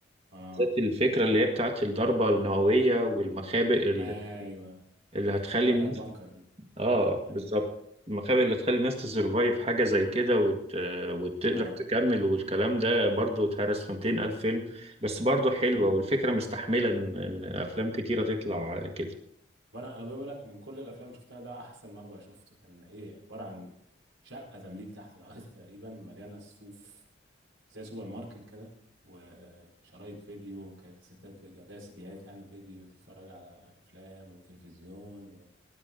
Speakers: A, on the right; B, on the right.
A: آه
B: بالذات الفكرة اللي هي بتاعت الضربة النووية والمخابئ ال-
A: أيوه
B: اللي هتخلي
A: بيقولوا
B: الناس
A: عليها البانكر دي
B: اه
A: أيوه
B: بالظبط المخابئ اللي هتخلي الناس تسرفايف حاجة زي كده وت... آه، وتقدر
A: آه
B: تكمل والكلام ده برضو اتهرس في 200 ألف فيلم بس برضو حلوة والفكرة مستحملة إن إن أفلام كتيرة تطلع كده
A: وانا انا بقول لك من كل الافلام اللي شفتها ده احسن مخبأ شفته كان ايه عباره عن شقه تمليك تحت الارض <laughs> تقريبا مليانه صفوف زي سوبر ماركت كده وشرايط فيديو ك- كاسيتات فيديو لا سيديات يعني فيديو تتفرج على افلام وتلفزيون و-